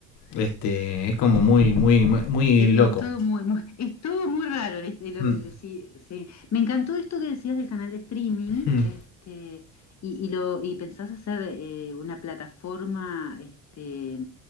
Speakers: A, on the left (about 55°); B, on the left (about 30°).
A: este, es como muy, muy, muy, muy
B: E-
A: loco.
B: Es, todo muy, muy- <laughs> es todo muy raro. este, lo-
A: Mm,
B: sí, sí. Me encantó esto que decías del canal de streaming,
A: mm.
B: este, y, y lo, y pensás hacer eh, una plataforma este,